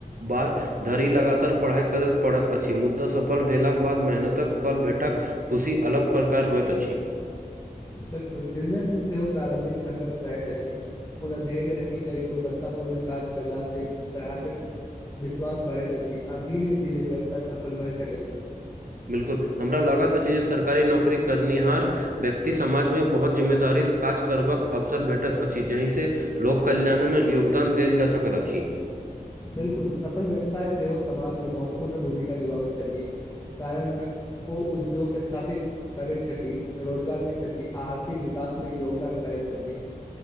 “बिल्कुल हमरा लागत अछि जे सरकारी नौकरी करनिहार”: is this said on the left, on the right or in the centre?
Right